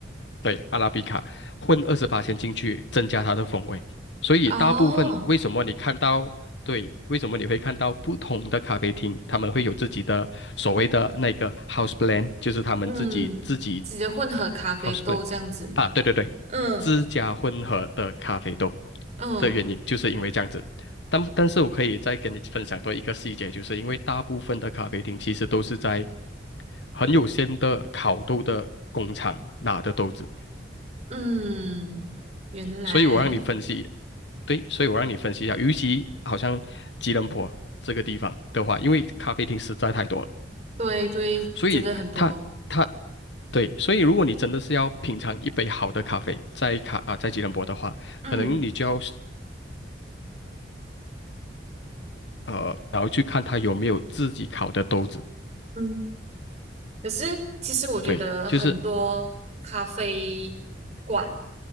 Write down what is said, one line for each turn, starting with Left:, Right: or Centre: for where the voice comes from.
Left: 对，阿拉比卡混二十八先进去，增加它的风味。所以大部分为什么你看到，
Right: 哦，
Left: 对，为什么你会看到不同的咖啡厅，他们会有自己的所谓的那个 house blend，就是他们自己自己
Right: 嗯，直接混合咖啡豆这样子。
Left: house blend 啊，对对对，
Right: 嗯
Left: 自家混合的咖啡豆
Right: 嗯
Left: 的原因，就是因为这样子。但但是我可以再跟你分享多一个细节，就是因为大部分的咖啡厅其实都是在很有限的烤豆的工厂拿的豆子，
Right: 嗯，原来，
Left: 所以我让你分析，对，所以我让你分析一下，尤其好像吉隆坡这个地方的话，因为咖啡厅实在太多了，
Right: 对对，
Left: 所以它它
Right: 真的很多。
Left: 对，所以如果你真的是要品尝一杯好的咖啡，在卡啊、在吉隆坡的话，
Right: 嗯
Left: 可能你就要呃，然后去看它有没有自己烤的豆子，
Right: 嗯。可是其实我觉得很多咖啡馆，
Left: 对，就是。